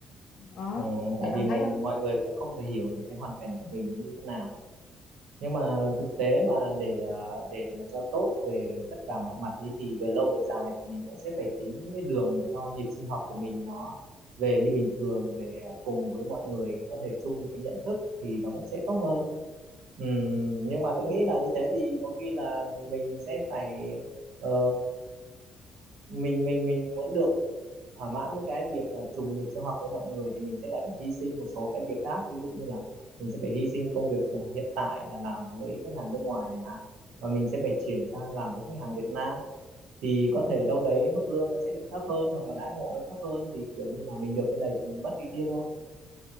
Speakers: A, on the left; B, on the right.
A: đó
B: Ờ, tại
A: thì ông
B: vì mình
A: thấy không
B: mọi người cũng không thể hiểu được cái hoàn cảnh của mình nó như thế nào nhưng mà thực tế mà để ờ, để mà cho tốt về tất cả mọi mặt ý thì về lâu về dài thì mình cũng sẽ phải tính những cái đường để cho nhịp sinh học của mình nó về như bình thường để ờ, cùng với mọi người có thể chung được cái nhận thức thì nó cũng sẽ tốt hơn Ừm, nhưng mà tôi
A: đó
B: nghĩ là như thế thì có khi là mình sẽ phải ờ, mình mình mình muốn được thỏa mãn những cái việc là trùng nghịch sinh hoạt với mọi người thì mình sẽ lại phải hy sinh một số cái việc khác ví dụ như là mình sẽ phải hy sinh công việc hiện tại là làm với khách hàng nước ngoài chẳng hạn và mình sẽ phải chuyển sang làm với khách hàng Việt Nam thì có thể đâu đấy mức lương nó sẽ được thấp hơn hoặc là đãi ngộ nó thấp hơn thì kiểu như là mình được cái này thì mình mất cái kia thôi